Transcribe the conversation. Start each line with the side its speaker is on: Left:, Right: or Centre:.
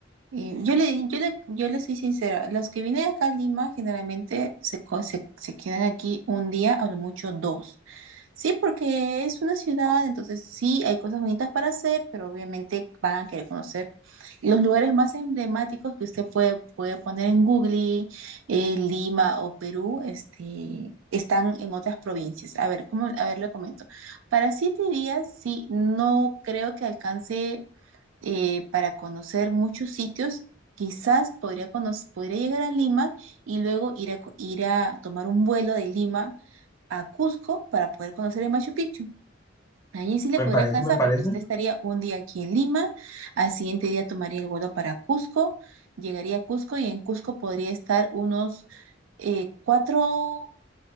Right: y yo le, yo le, yo le soy sincera, los que vienen acá a Lima generalmente se, co- se, se quedan aquí un día, a lo mucho dos. Sí, porque es una ciudad, entonces sí, hay cosas bonitas para hacer, pero obviamente van a querer conocer los lugares más emblemáticos que usted puede, puede poner en Google, eh, Lima o Perú, este, están en otras provincias. A ver, ¿cómo? A ver, le comento. Para siete días, sí, no creo que alcance eh, para conocer muchos sitios. Quizás podría, conoc- podría llegar a Lima y luego ir a, co- ir a tomar un vuelo de Lima a Cusco para poder conocer el Machu Picchu. Allí sí le
Left: Me
Right: podría
Left: parece,
Right: alcanzar
Left: me parece.
Right: porque usted estaría un día aquí en Lima, al siguiente día tomaría el vuelo para Cusco, llegaría a Cusco y en Cusco podría estar unos eh, cuatro